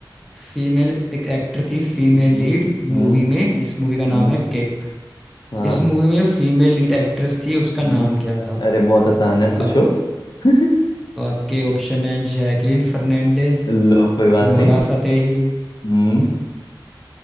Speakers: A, in the centre; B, on the left (about 60°).
A: फीमेल एक एक्टर थी फीमेल
B: हम्म
A: लीड
B: हम्म,
A: मूवी में जिस मूवी का नाम
B: हम्म,
A: है किक
B: हाँ
A: इस मूवी में जो फीमेल लीड एक्ट्रेस थी उसका
B: हम्म।
A: नाम क्या था
B: अरे बहुत आसान
A: तो
B: है पूछो
A: आप
B: <laughs>
A: तो आपके ऑप्शन है जैकलिन फर्नांडिस
B: लो कोई बात
A: नोरा
B: नहीं
A: फतेही
B: हम्म